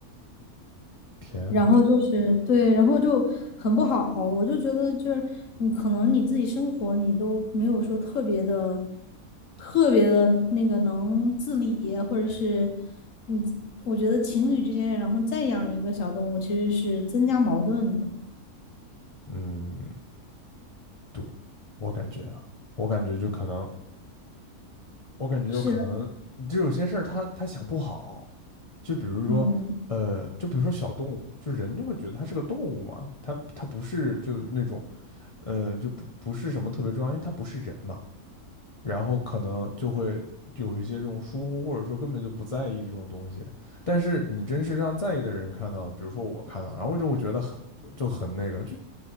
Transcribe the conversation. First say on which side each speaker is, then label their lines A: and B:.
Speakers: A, on the left (about 35°); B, on the left (about 60°).
A: 天呐，
B: 然后就是对，然后就很不好，我就觉得就是你可能你自己生活你都没有说特别的、特别的那个能自理，或者是你自，我觉得情侣之间，然后再养一个小动物其实是增加矛盾的。
A: 嗯，对，我感觉啊，我感觉就可能，我感觉有可能，
B: 是的，
A: 就有些事儿他他想不好。就比如说，
B: 嗯
A: 呃，就比如说小动物，就人就会觉得它是个动物嘛，它它不是就那种，呃，就不不是什么特别重要，因为它不是人嘛，然后可能就会有一些这种疏忽，或者说根本就不在意这种东西。但是你真是让在意的人看到了，比如说我看到了，然后就会觉得很就很那个，就